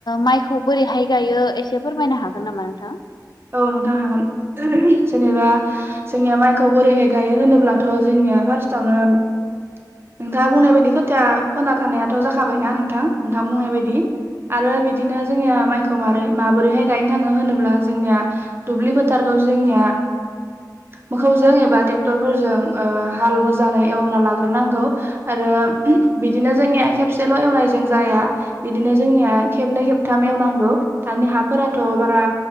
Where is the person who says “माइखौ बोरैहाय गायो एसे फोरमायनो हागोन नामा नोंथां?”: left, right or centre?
Left